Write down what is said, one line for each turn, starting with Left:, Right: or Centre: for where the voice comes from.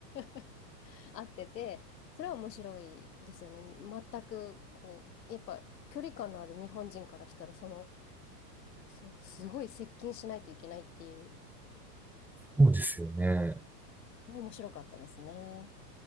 Left: <laughs> 合ってて、それは面白いですよね。全く、こう、やっぱ距離感のある日本人からしたら、その、うんそう、すごい接近しないといけないっていう
Centre: そうですよね。
Left: のは面白かったですね。